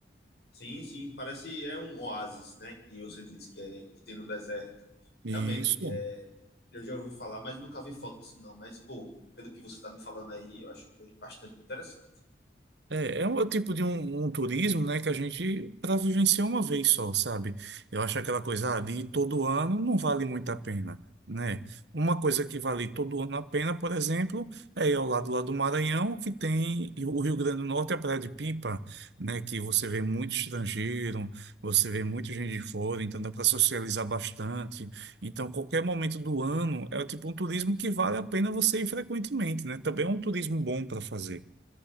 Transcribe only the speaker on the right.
Isso.
É, é um é o tipo de um, um turismo, né, que a gente para vivenciar uma vez só, sabe? Eu acho aquela coisa ah, de ir todo ano não vale muito a pena, né? Uma coisa que vale todo ano a pena, por exemplo, é ir ao lado lá do Maranhão, que tem e o Rio Grande do Norte, a Praia de Pipa, né, que você vê muito estrangeiro, você vê muita gente de fora, então dá para socializar bastante. Então, qualquer momento do ano é tipo um turismo que vale a pena você ir frequentemente, né? Também é um turismo bom para fazer.